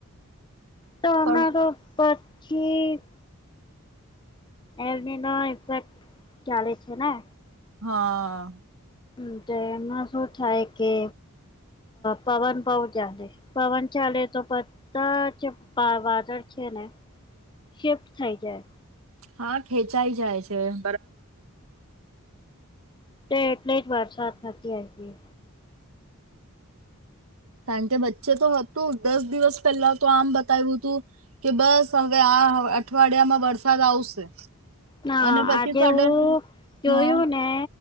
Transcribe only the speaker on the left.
તો
અમારો સચ છેક એલનીનો ઇફેક્ટ ચાલે છે ને.
મ તો એમાં શું થાય કે પવન બહ ચાલે પવન ચાલે તો બધા જ વાદળ છે ને શિફ્ટ થઈ જાય
તો એટલે જ વરસાદ નથી આવી
હા
આજે
હું જોયું
ને